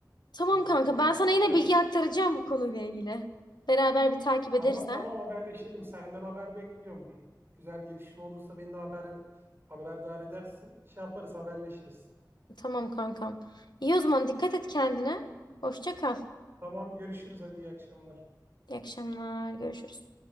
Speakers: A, on the left; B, on the right.
A: Tamam
B: Ee,
A: kanka ben
B: şey
A: sana
B: yaparız.
A: yine bilgi aktaracağım bu konuyla ilgili. Beraber bir takip ederiz
B: Tamam
A: ha.
B: tamam haberleşelim. Senden haber bekliyorum. Bir güzel gelişme olursa beni de haber, haberdar edersin. Şey yaparız haberleşiriz.
A: Tamam kankam. İyi o zaman dikkat et kendine. Hoşça kal.
B: Tamam görüşürüz. Hadi iyi akşamlar.
A: İyi akşamlar. Görüşürüz.